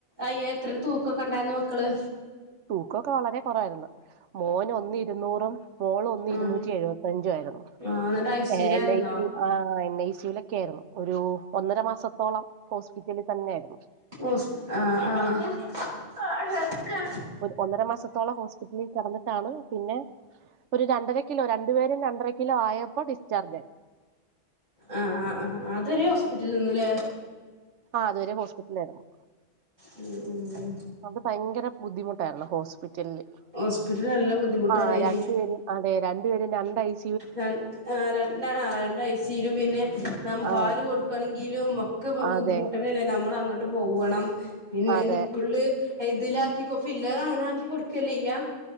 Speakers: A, on the right; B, on the right.
A: അയ്യ എത്ര തൂക്കൊക്കെണ്ടായിന്നു മക്കള്
B: തൂക്കൊക്കെ വളരെ കൊറവായിരുന്നു മോന് ഒന്നേ ഇരുന്നൂറും മോള് ഒന്നേ
A: ആഹ്
B: ഇരുന്നൂറ്റി എഴുപത്തഞ്ചു ആയിരുന്നു
A: ആഹ് എന്നിട്ട് ഐ സി
B: എ
A: യുലായിരുന്നോ
B: ലൈഫ ആഹ് എൻ ഐ സിയിലൊക്കെ ആയിരുന്നു ഒരു ഒന്നര മാസത്തോളം ഹോസ്പിറ്റലിൽ തന്നെയ ആയിരുന്നു
A: ഉസ് ആഹ് ആഹ്
B: ഒന്നര മാസത്തോളം ഹോസ്പിറ്റലിൽ കെടന്നിട്ടാണ് പിന്നെ ഒരു രണ്ടര കിലോ രണ്ടുപേരും രണ്ടര കിലോ ആയപ്പോ ഡിസ്ചാർജ് ആയി
A: ആഹ് ആഹ് ആഹ് അതരേ ഹോസ്പിറ്റല് നിന്നുല്ലേ
B: ആഹ് അതുവരെ ഹോസ്പിറ്റലിലായിരുന്നു
A: ഉം ഉം
B: അത് ഭയങ്കര ബുദ്ധിമുട്ടായിരുന്നു ഹോസ്പിറ്റലില്
A: ഹോസ്പിറ്റലിൽ നല്ല ബുദ്ധിമുട്ടാണെയ്
B: ആ രണ്ടുപേരും അതെ രണ്ടുപേരും രണ്ട് ഐസി
A: രണ്ട രണ്ടയ്സിയിലും പിന്നെ ന പാല്
B: ആ
A: കൊടുക്കണങ്കിലും ക്കെ ബുദ്ധിമുട്ടന്നല്ലേ
B: അതെ
A: നമ്മൾ അങ്ങോട്ട് പോവണം പിന്നെ
B: അതെ
A: നിപ്പള്ള് ഇതിലാക്കി ഫിലർ അങ്ങനെ ആക്കി കൊടുക്കല്ലേയ്യ